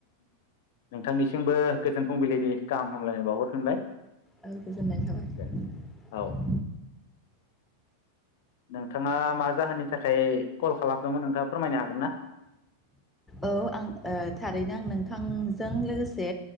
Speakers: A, on the left; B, in the centre.
A: नोंथांनिसिमबो गोजोन फुंबिलिनि गाहाम हामलायनाय बावहरफिनबाय।
B: औ गोजोननाय थाबाय।
A: दे औ नोंथाङा मा जाहोननि थाखाय कल खालामदोंमोन नोंथाङा फोरमायनो हागोन ना?
B: औ आं ओ थारैनो आं नोंथांजों लोगोसे